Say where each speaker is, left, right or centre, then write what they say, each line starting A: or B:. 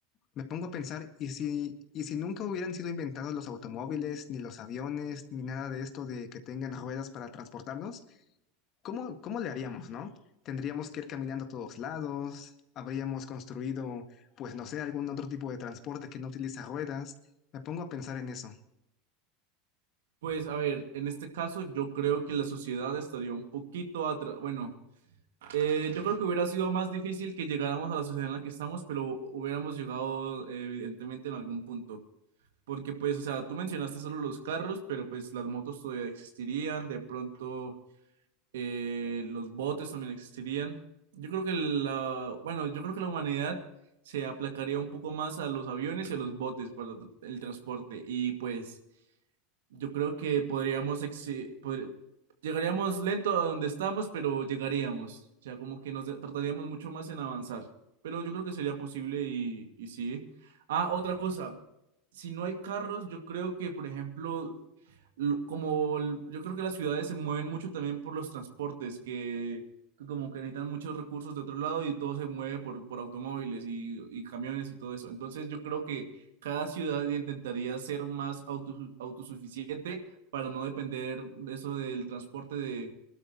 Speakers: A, on the left (about 45°); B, on the right (about 75°).
A: Me pongo a pensar, ¿y si, y si nunca hubieran sido inventados los automóviles, ni los aviones, ni nada de esto de que tengan ruedas para transportarnos? ¿Cómo, cómo le haríamos, no? Tendríamos que ir caminando a todos lados, habríamos construido, pues no sé, algún otro tipo de transporte que no utiliza ruedas. Me pongo a pensar en eso.
B: Pues a ver, en este caso yo creo que la sociedad estaría un poquito atrás, bueno. Eh, yo creo que hubiera sido más difícil que llegáramos a la sociedad en la que estamos, pero hubiéramos llegado eh, evidentemente en algún punto. Porque pues, o sea, tú mencionaste solo los carros, pero pues las motos todavía existirían, de pronto eh, los botes también existirían. Yo creo que la, bueno, yo creo que la humanidad se aplacaría un poco más a los aviones y a los botes para el transporte. Y pues yo creo que podríamos, exi- podr- llegaríamos lento a donde estamos, pero llegaríamos. O sea, como que nos de- tardaríamos mucho más en avanzar. Pero yo creo que sería posible y, y sí. Ah, otra cosa. Si no hay carros, yo creo que, por ejemplo, lo- como el- yo creo que las ciudades se mueven mucho también por los transportes, que, que como que necesitan muchos recursos de otro lado y todo se mueve por, por automóviles y, y camiones y todo eso. Entonces yo creo que cada ciudad intentaría ser más autosu- autosuficiente para no depender de eso del transporte de,